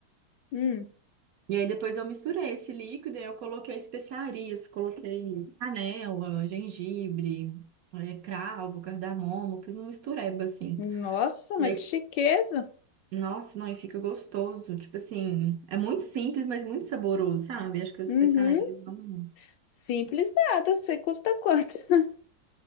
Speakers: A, on the left (about 70°); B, on the right (about 65°).
A: hum.
B: e aí depois eu misturei esse líquido e aí eu coloquei especiarias, coloquei canela, gengibre, é, cravo, cardamomo, fiz uma mistureba, assim.
A: Nossa,
B: E
A: mas
B: aí
A: que chiqueza.
B: Nossa, não, e fica gostoso. Tipo assim, é muito simples, mas muito saboroso, sabe? Acho que as especiarias
A: Uhum.
B: não.
A: Simples nada. Eu Sei custa quanto <laughs>